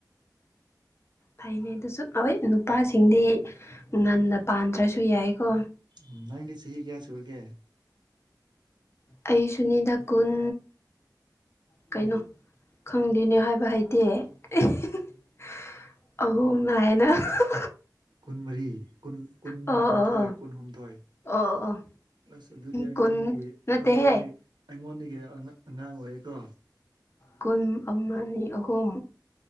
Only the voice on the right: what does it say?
ꯎꯝ ꯅꯪꯗꯤ ꯆꯍꯤ ꯀꯌꯥ ꯁꯨꯔꯒꯦ
ꯀꯨꯟꯃꯔꯤ ꯀꯨꯟ ꯀꯨꯟꯍꯨꯝꯊꯣꯏ
ꯀꯨꯟꯍꯨꯝꯊꯣꯏ
ꯑꯁ ꯑꯗꯨꯗꯤ ꯑꯩꯉꯣꯟꯗꯒꯤ
ꯑꯩꯉꯣꯟꯗꯩ ꯑꯩꯉꯣꯟꯗꯒꯤ ꯑꯉ ꯑꯉꯥꯡ ꯑꯣꯏꯌꯦꯀꯣ